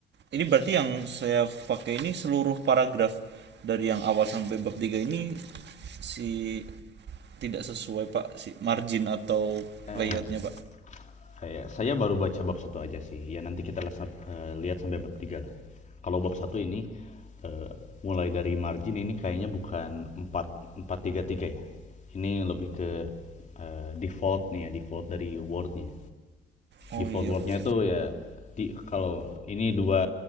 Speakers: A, on the right; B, on the left.
A: ini berarti yang saya pakai ini seluruh paragraf dari yang awal sampai bab 3 ini si tidak sesuai, Pak, si margin atau
B: Eh,
A: layoutnya, Pak.
B: saya saya baru baca bab satu aja sih. Ya nanti kita lesap, eh, lihat sampai bab tiga lah. Kalau bab satu ini eh, mulai dari margin ini kayaknya bukan empat empat tiga tiga ya. Ini lebih ke eh, default nih ya default dari wordnya.
A: Oh
B: Default
A: iya,
B: wordnya
A: Pak.
B: itu ya di, kalau ini dua